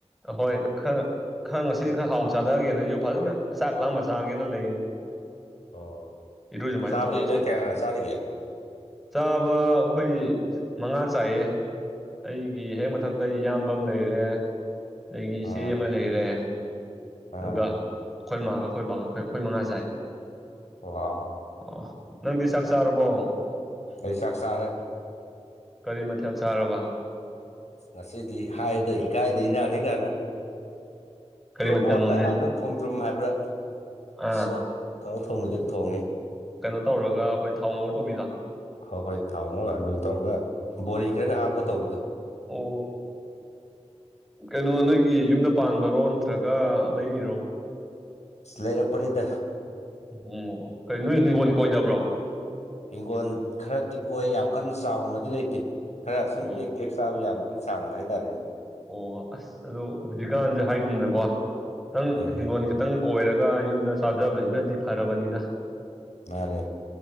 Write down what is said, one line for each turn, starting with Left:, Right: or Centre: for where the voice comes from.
Centre: ꯑꯍꯣꯏ ꯈꯔ ꯈꯔ ꯉꯁꯤꯗꯤ ꯈꯔ ꯍꯥꯎꯅ ꯆꯥꯗꯒꯦꯅ ꯑꯩꯁꯨ ꯐꯖꯅ ꯆꯥꯛ ꯂꯥꯝꯃ ꯆꯥꯒꯦꯅ ꯂꯩ
Left: ꯑꯣ
Centre: ꯏꯔꯨꯖꯃꯥꯏꯅ
Left: ꯆꯥꯕꯗꯤ
Centre: ꯊꯣꯛꯑꯒ
Left: ꯅꯣꯏ
Centre: ꯆꯥꯊꯣꯛ
Left: ꯀꯌꯥ ꯀꯅꯥꯅꯥ ꯆꯥꯔꯤꯒꯦ
Centre: ꯆꯥꯕ ꯑꯩꯈꯣꯏ ꯃꯉꯥ ꯆꯥꯏꯌꯦ ꯑꯩꯒꯤ ꯍꯦꯛ ꯃꯊꯛ ꯇ ꯏꯌꯥꯝꯕ ꯑꯝ ꯂꯩꯔꯦ ꯑꯗꯒꯤ ꯏꯆꯦ
Left: ꯑꯥ
Centre: ꯑꯃ ꯂꯩꯔꯦ
Left: ꯑꯥ
Centre: ꯑꯗꯨꯒ ꯑꯩꯈꯣꯏ ꯃꯥꯥꯒ ꯑꯩꯈꯣꯏ ꯕꯥꯒ ꯑꯩꯈꯣꯏ ꯑꯩꯈꯣꯏ ꯃꯉꯥ ꯆꯥꯏ
Left: <unintelligible>
Centre: ꯑꯣ ꯅꯪꯗꯤ ꯆꯥꯛ ꯆꯥꯔꯕꯣ
Left: ꯑꯩ ꯆꯥꯛ ꯆꯥꯔꯦ
Centre: ꯀꯔꯤ ꯃꯊꯦꯜ ꯆꯥꯔꯕ
Left: ꯉꯁꯤꯗꯤ ꯍꯥꯏꯕꯗ ꯏꯀꯥꯏꯗ ꯑꯦꯟꯖꯥꯡꯅꯦ ꯀꯥꯏꯅ
Centre: ꯀꯔꯤ
Left: ꯇ‌ꯣꯔꯣꯕꯣꯠ
Centre: ꯃꯊꯦꯜꯅꯣꯅꯦ
Left: ꯂ ꯍꯥꯏꯕ꯭ꯔꯥ ꯈꯣꯡꯗ꯭ꯔꯨꯝ ꯍꯥꯏꯕ꯭ꯔꯥ
Centre: ꯑꯥ
Left: ꯁꯣꯛ ꯇꯧꯔ ꯊꯣꯡꯕꯤꯗ‌ꯣ ꯊꯣꯡꯉ‌ꯦ
Centre: ꯀꯩꯅꯣ ꯇꯧꯔꯒ ꯑꯩꯈꯣꯏ ꯊꯥꯎ ꯉꯧꯔ ꯇꯧꯕꯤꯗ‌ꯣ
Left: ꯍꯣꯏ ꯍꯣꯏ ꯊꯥꯎ ꯉꯧꯔꯒ ꯑꯂꯨ ꯇꯧꯔꯒ ꯕꯣꯔꯤ ꯈꯔꯒ ꯍꯥꯞꯄꯒ ꯇꯧꯕꯤꯗꯣ
Centre: ꯑꯣ ꯀꯩꯅꯣ ꯅꯣꯏꯒꯤ ꯌꯨꯝꯗ ꯄꯥꯟꯕꯔꯣ ꯅꯠꯇ꯭ꯔꯒ ꯂꯩꯔꯤꯔꯣ
Left: ꯂꯩꯔꯛꯄꯅꯤꯗ
Centre: ꯎꯝ ꯀꯔꯤ ꯅꯣꯏ ꯍꯤꯡꯒꯣꯜ ꯀꯣꯏꯗꯕ꯭ꯔꯣ
Left: ꯍꯤꯡꯒꯣꯟ ꯈꯔꯗꯤ ꯀꯣꯏ ꯌꯥꯝ ꯀꯟꯅ ꯆꯥꯎꯅꯗꯤ ꯂꯩꯇꯦ ꯈꯔ ꯁꯨꯝ
Centre: ꯑꯣ
Left: ꯇꯦꯛ ꯇꯦꯛ ꯆꯥꯕ ꯌꯥꯕꯒꯤ ꯆꯥꯡꯗ ꯍꯥꯏꯇꯥꯔꯦꯅꯦ
Centre: ꯑꯣ ꯑꯁ ꯑꯗꯣ ꯍꯧꯖꯤꯛꯀꯥꯟꯁꯦ ꯍꯥꯏꯒꯨꯝꯅꯀꯣ ꯈꯤꯇꯪ
Left: ꯎꯝ
Centre: ꯍꯤꯡꯒꯣꯟ ꯈꯤ ꯇꯪ ꯀꯣꯏꯔꯒ ꯌꯨꯝꯗ ꯆꯥꯖꯕꯁꯤꯅꯗꯤ ꯐꯔꯕꯅꯤꯗ
Left: ꯃꯥꯅꯦ